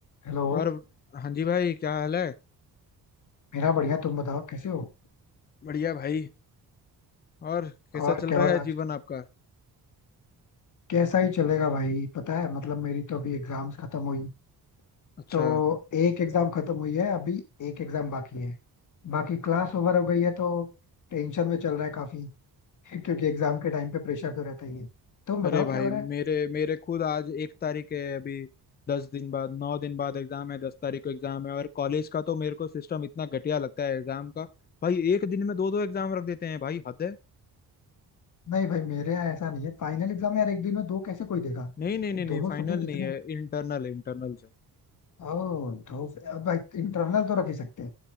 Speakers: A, on the left (about 50°); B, on the left (about 25°).
A: Hello
B: और हाँ जी भाई क्या हाल है
A: मेरा बढ़िया तुम बताओ कैसे हो
B: बढ़िया भाई और कैसा
A: और
B: चल
A: क्या
B: रहा
A: हो रहा
B: है
A: है
B: जीवन
A: आजकल
B: आपका
A: कैसा ही चलेगा भाई पता है मतलब मेरी तो अभी एग्जाम्स खत्म हुई
B: अच्छा
A: तो एक एग्जाम खत्म हुई है अभी एक एग्जाम बाकी है बाकी क्लास ओवर हो गई है तो टेंशन में चल रहा है काफी <laughs> क्योंकि एग्जाम के टाइम पे प्रेशर तो रहता ही है तुम बताओ
B: अरे भाई
A: क्या हो रहा है
B: मेरे मेरे खुद आज एक तारीख है अभी दस दिन बाद नौ दिन बाद एग्जाम है दस तारीख को एग्जाम है और कॉलेज का तो मेरे को सिस्टम इतना घटिया लगता है एग्जाम का भाई एक दिन में दो दो एग्जाम रख देते हैं भाई हद है
A: नहीं भाई मेरे यहाँ ऐसा नहीं है फाइनल एग्जाम यार एक दिन में दो कैसे कोई देगा
B: नहीं नहीं नहीं
A: ये
B: नहीं
A: दोनों
B: फाइनल
A: सब्जेक्ट इतने
B: नहीं है इंटरनल है, इंटरनल से
A: ओ तो अब इंटरनल तो रख ही सकते हैं